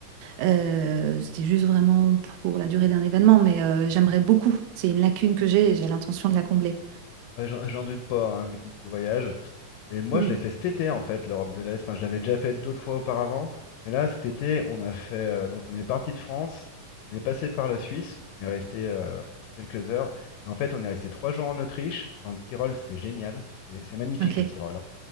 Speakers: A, on the right; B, on the left.
A: Euh, c'était juste vraiment pour la durée d'un événement, mais euh, j'aimerais beaucoup. C'est une lacune que j'ai et j'ai l'intention de la combler.
B: Ouais, j'en j'en doute pas, hein, vu comme tu voyages. Et moi,
A: Hmm.
B: je l'ai fait cet été, en fait, l'Europe de l'Est. Enfin, je l'avais déjà fait d'autres fois auparavant. Mais là, cet été, on a fait. euh, donc, on est parti de France, on est passé par la Suisse, on est resté euh, quelques heures. Et en fait, on est resté trois jours en Autriche, dans le Tyrol, c'était génial. Et C'est magnifique,
A: Ok,
B: le Tyrol. hein.